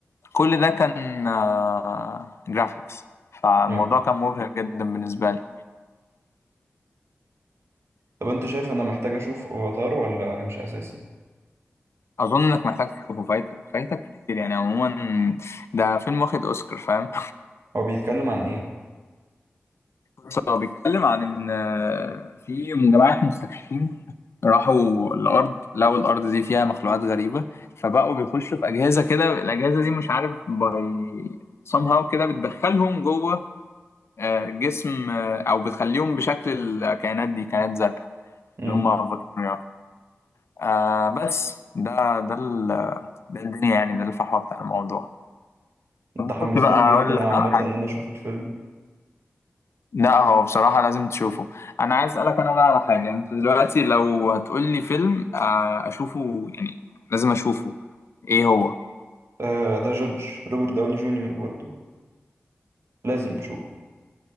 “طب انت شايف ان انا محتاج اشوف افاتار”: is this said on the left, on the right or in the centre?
Right